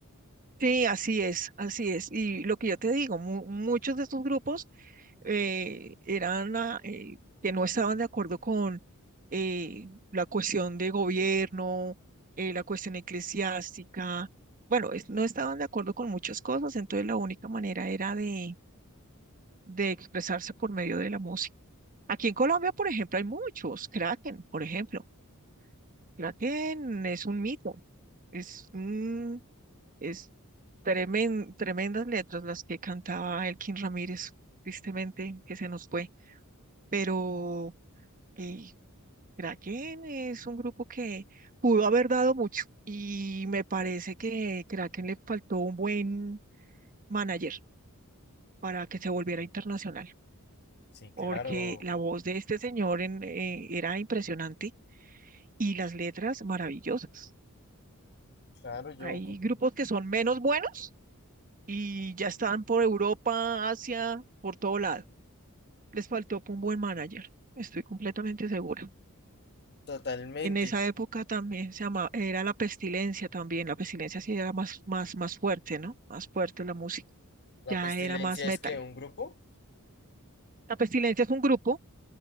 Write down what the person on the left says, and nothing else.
Sí,
claro,
claro, yo,
cu-
Totalmente.
La
pestilencia
es que un grupo.